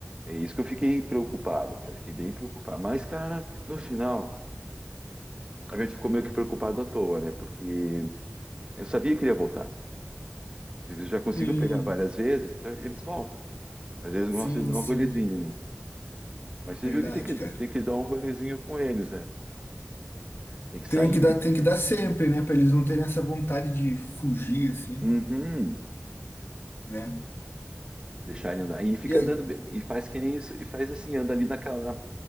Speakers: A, on the right (about 25°); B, on the left (about 60°).
A: É isso que eu fiquei preocupado, cara. Fiquei bem preocupado. Mas, cara, no final, a gente ficou meio que preocupado à toa, né? Porque eu sabia que ele ia voltar. Eles já conseguiu
B: Sim,
A: pegar várias vezes, então eles voltam. Mas eles gostam
B: sim,
A: de dar
B: sim.
A: um rolezinho, né? Mas você
B: Verdade,
A: viu que tem que,
B: cara.
A: tem que dar um rolezinho com eles, né? Tem que sair,
B: Tem que dar, tem que dar sempre, né? Pra eles não terem essa vontade de fugir, assim,
A: uhum,
B: né?
A: deixar ele andar. E fica
B: E aí,
A: andando, bem- e faz que nem isso, e faz assim, anda ali naquela, na,